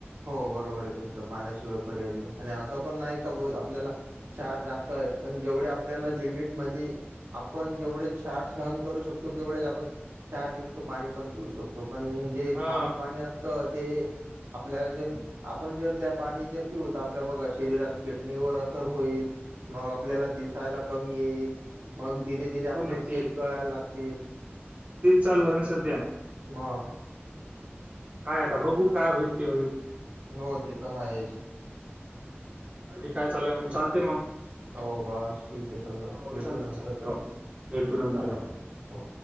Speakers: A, on the right; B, on the right.
A: हो बरोबरे तुमचं पाण्याशिवाय
B: हम्म.
A: पर्यायच नाही आणि असं पण नाही का भो आपल्याला क्षार जास्त आहे पण जेवढ्या आपल्याला लिमिट मधी आपण जेवढेच क्षार सहन करू शकतो तेवढेचंआपण क्षारयुक्त पाणी पण पिऊ शकतो. पण जे
B: हा
A: खारं पाणी असतं ते. आपल्या जे आपण जर त्या पाणी जर पिऊ त आपल्या बघा शरीरात किडनीवर असर होईल. मग आपल्याला दिसायला कमी येईल मग धी धीरे धीरे आपले
B: हो ना
A: केस
B: ते
A: गळायला लागतील.
B: तेच चालूये ना सध्या.
A: म.
B: काय आता बघू काय होईल ते होईल.
A: हो ते तर आहेच.
B: हम्म. बाकी काय चालूय मग चालते मग.
A: हो बस ठीके सगळं
B: हो
A: भेटू
B: चालते
A: नंतर
B: चालते.
A: कधी.
B: हो भेटू नंतर
A: चालेल
B: हो.
A: हो.